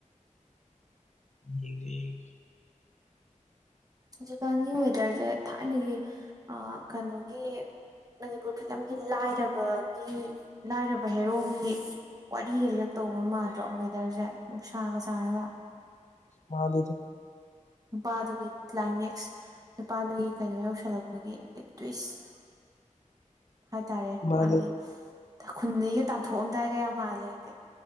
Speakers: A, on the left (about 60°); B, on the right (about 30°).
A: <unintelligible>
B: ꯍꯧꯖꯤꯛꯀꯥꯟꯒꯤ ꯋꯦꯗ꯭ꯔꯖꯦ ꯊꯥꯏꯅꯒꯤ ꯑꯥ ꯀꯅꯣꯒꯤ ꯃꯅꯤꯄꯨꯔ ꯐꯤꯂꯝꯒꯤ ꯂꯥꯏꯔꯕꯒꯤ ꯂꯥꯏꯔꯕ ꯍꯦꯔꯣꯒꯤ ꯋꯥꯔꯤꯒ ꯂꯤꯔꯛꯇ ꯇꯧꯕ ꯃꯥꯟꯗ꯭ꯔꯣ ꯋꯦꯗꯔꯁꯦ ꯅꯨꯡꯁꯥꯒ ꯁꯥꯔꯒ
A: ꯃꯥꯟꯗꯦꯗ
B: ꯅꯨꯄꯥꯗꯨꯒꯤ ꯀ꯭ꯂꯥꯏꯃꯦꯛꯁ ꯅꯨꯄꯥꯗꯨꯒꯤ ꯀꯩꯅꯣ ꯌꯧꯁꯜꯂꯛꯄꯒꯤ ꯍꯥꯏꯗꯤ ꯇ꯭ꯨꯋꯤꯁ <inaudible> ꯍꯥꯏꯇꯥꯔꯦ
A: ꯃꯥꯗꯦ
B: ꯃꯥꯒꯤ ꯈꯨꯟꯗꯒꯤꯒ ꯇꯥꯟꯊꯣꯛ ꯑꯝꯗꯥꯏꯒ ꯌꯥꯝ ꯃꯥꯜꯂꯦ ꯑꯩꯗꯤ